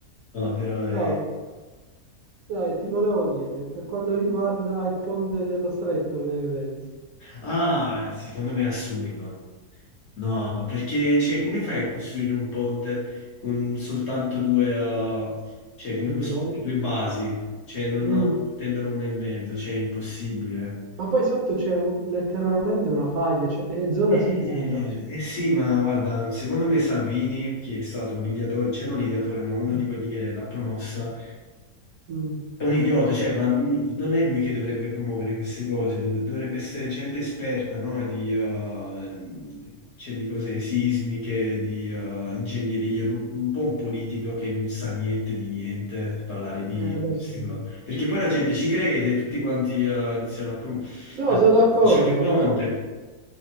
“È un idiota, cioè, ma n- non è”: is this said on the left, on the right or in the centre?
Left